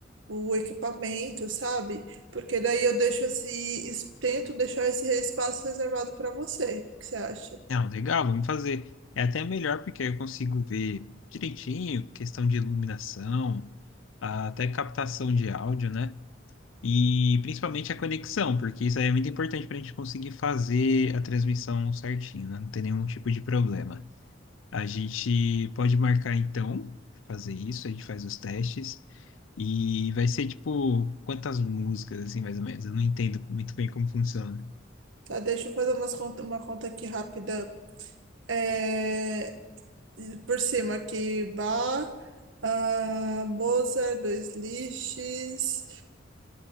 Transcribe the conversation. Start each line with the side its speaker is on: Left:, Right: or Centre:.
Right: o equipamento, sabe? Porque daí eu deixo esse, es- tento deixar esse espaço reservado para você. O que você acha?
Left: Não, legal, vamos fazer. É até melhor porque aí eu consigo ver direitinho, questão de iluminação, ah, até captação de áudio, né? E principalmente a conexão, porque isso aí é muito importante para a gente conseguir fazer a transmissão certinho, né? Não ter nenhum tipo de problema. A gente pode marcar então, fazer isso, a gente faz os testes. E vai ser tipo, quantas músicas, assim, mais ou menos? Eu não entendo muito bem como funciona.
Right: Tá, deixa eu fazer umas conta, uma conta aqui rápida. É, E por cima aqui, bar, ah, Mozart, dois lixes,